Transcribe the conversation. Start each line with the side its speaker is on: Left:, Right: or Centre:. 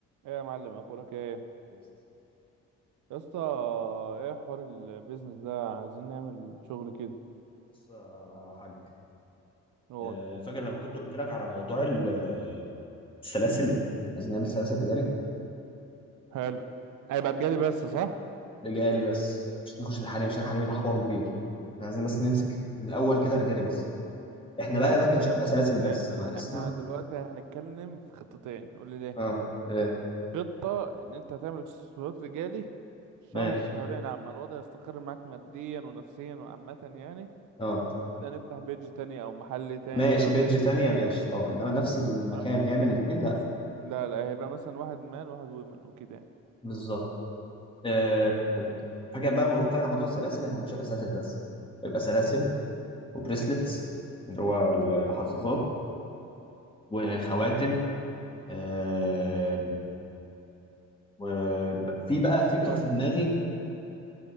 Right: ايه يا معلم اخبارك ايه
Left: بص
Right: يا اسطى ايه حوار البيزنس ده عايزين نعمل شغل كده
Left: يا حاج
Right: هو
Left: آه، فاكر لما كنت قلت لك على موضوع ال- السلاسل عايزين نعمل سلاسل رجالي
Right: حلو هيبقى رجالي بس صح
Left: رجالي بس مش نخش بالحريم عشان الحريم ده حوار كبير احنا عايزين بس نمسك الاول كده رجالي بس احنا
Right: ماشي
Left: بقى يا باشا
Right: إيه
Left: مش هنبقى
Right: بص
Left: سلاسل
Right: إيه
Left: بس
Right: احنا
Left: ما اسمعنا
Right: احنا دلوقتي هنتكلم في خطتين قول لي ليه
Left: اه ايه
Right: خطة ان انت هتعمل اكسسوارات رجالي شهر
Left: ماشي
Right: شهرين عما الوضع يستقر معاك ماديا ونفسيا وعامة يعني
Left: اه
Right: نبدأ نفتح بيج تاني او محل تاني
Left: ماشي
Right: او
Left: بيدج
Right: اي
Left: تانية ماشي اه انما نفس المكان
Right: تمام
Left: يعمل الاثنين لا فك
Right: لا لا هيبقى مثلا واحد مان واحد ويمن وكده يعني
Left: بالظبط آه، فاكر بقى لما قلت لك على موضوع السلاسل هو مش هيبقى سلاسل بس هيبقى سلاسل وبريسلتس اللي هو الحظاظات وخواتم
Right: ماشي
Left: آم، وفي بقى فكرة
Right: طيب
Left: في دماغي